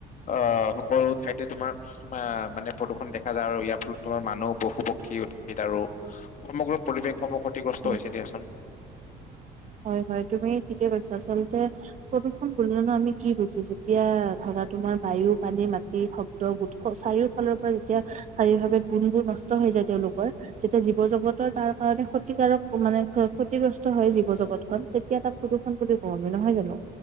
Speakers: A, on the left; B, on the right.
A: অ' সকলো ঠাইতে তোমাৰ মা মানে প্ৰদূষণ দেখা যায় আৰু ইয়াৰ ফলত তোমাৰ মানুহ, পশু পক্ষী, উদ্ভিদ আৰু সমগ্ৰ পৰিৱেশ সমূহ ক্ষতিগ্ৰস্ত
B: উম।
A: হৈছে দিয়াচোন।
B: হয়, হয়, তুমি ঠিকে কৈছা, আচলতে প্ৰদূষণ বুলিলেনু আমি কি বুজো যেতিয়া ধৰাত তোমাৰ বায়ু, পানী, মাটি, শব্দ গোট চাৰিও ফালৰ পৰা যেতিয়া চাৰীও ভাৱে গুণবোৰ নষ্ট হৈ যায় তেওঁলোকৰ। যেতিয়া জীৱ জগতৰ তাৰ কাৰণে ক্ষতিকাৰক মানে ক্ষতিগ্ৰস্ত হয় জীৱ জগত তেতিয়া তাক প্ৰদূষণ বুলি কওঁ আমি, নহয় জানো?